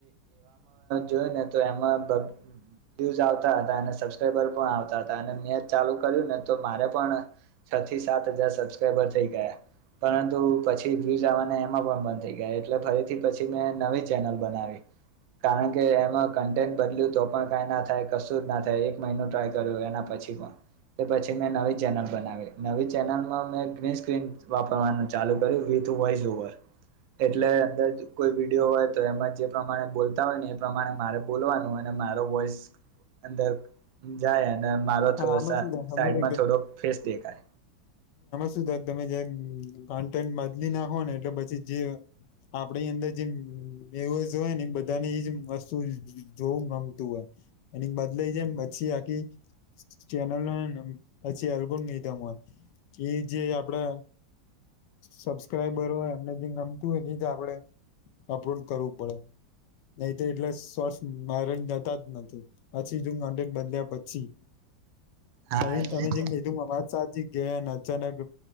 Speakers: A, on the right; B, on the left.
A: જોયને તો એમાં દઝ આવતા હતા બ આવતા હતા અને મે ચાલુ કર્યું ને તો મારે પણ છ થી સાત હજાર સબસ્્રબર થઈ ગયા પરંતુ પછી્યુઝ આવવાના એમાં પણ બંધ થઈ ગયા એટલે ફરીથી પછી મેં નવી ચેનલ બનાવી કારણ કે એમાં કન્ટેન્ટ બદલ્યું તો પણ કઈ ના થાય કશું જ ના થાય મહિનો ટ્રાય કર્યો એના પછી પણ તે પછી મેં નવી ચેનલ બનાવી નવી ચેનલમાં મેં ગ્રીન સ્ક્રીન વાપરવાનું ચાલુ કર્યું ટ વાઇઝ ઓવર એટલે અંદર કોઈ વિડીયો હોય તો એમાં જે પ્રમાણે બોલતા હોય ને એ પ્રમાણે મારે બોલવાનું હો મા વોસ અંદર જાય અને મારો
B: હા આમાં શું ત આમાં
A: સાઈડમાં થોડોક ફેસ દેખાય
B: શું તમે કન્ટેન્ટ બદલી નાખો ને એટલે પછી જે આપડી અંદર જે એવ હોય ને બધાની એજ વસ્તુ જોવું ગમતું હોય એની બદ લઈ જમ પછી આખી ચેનલ પછી એલ્બમ લઈધ એ જે આપડા સબસ્ક્રાઈબરો હોય અમને જે ગમતું હોય ની જ આપડે અપરોડ કરવું પડે નહી તો એટલે સોર્સ મારેજ જતા જ નથી પછી તું કેક બદલ્યા પછી
A: હા
B: ભાઈ તમે જેમ કીધું અમારા સા ગયા નથી અચાનક